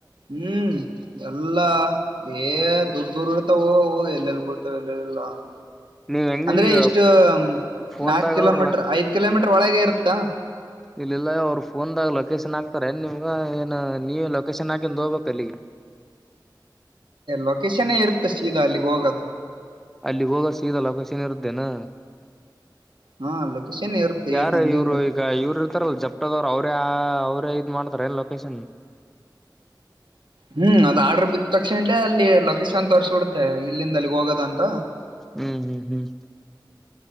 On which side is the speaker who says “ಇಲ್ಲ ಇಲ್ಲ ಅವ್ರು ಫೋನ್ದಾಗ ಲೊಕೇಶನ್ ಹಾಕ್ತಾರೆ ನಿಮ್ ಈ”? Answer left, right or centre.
Centre